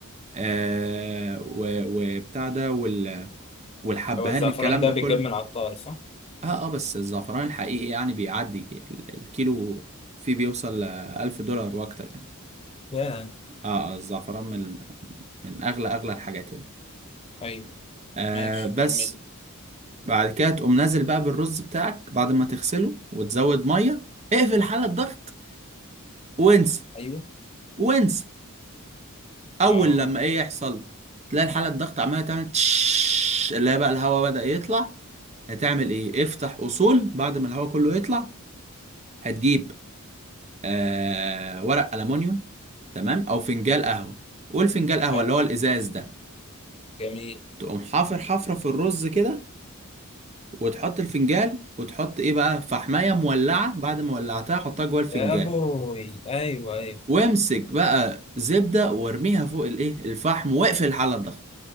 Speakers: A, on the right (about 30°); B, on the left (about 25°).
A: آه و... وبتاع ده وال... والحبهان
B: هو الزعفران
A: الكلام
B: ده
A: ده
B: بيتجاب
A: كله
B: من العطار صح؟
A: اه اه بس الزعفران الحقيقي يعني بيعدي ال- الكيلو فيه بيوصل لألف دولار وأكتر يعني
B: يا
A: اه اه الزعفران من من أغلى أغلى الحاجات يعني
B: ايوه
A: آه
B: ماشي
A: بس
B: كمل
A: بعد كده تقوم نازل بقى بالرز بتاعك بعد ما تغسله وتزود مية اقفل حالة الضغط وانسى
B: ايوه
A: وانسى أول
B: اه
A: لما إيه يحصل تلاقي الحالة الضغط عمالة تعمل تش اللي هي بقى الهواء بدأ يطلع هتعمل إيه؟ افتح أصول بعد ما الهواء كله يطلع هتجيب آه ورق ألمونيوم تمام أو فنجان قهوة قول فنجان قهوة
B: حلو
A: اللي هو الإزاز ده
B: جميل
A: تقوم حافر حفرة في الرز كده وتحط الفنجان وتحط إيه بقى فحماية مولعة بعد ما ولعتها حطها جوه الفنجان
B: يا ابوي ايوه ايوه
A: وامسك بقى زبدة وارميها فوق الإيه الفحم واقفل على الضغط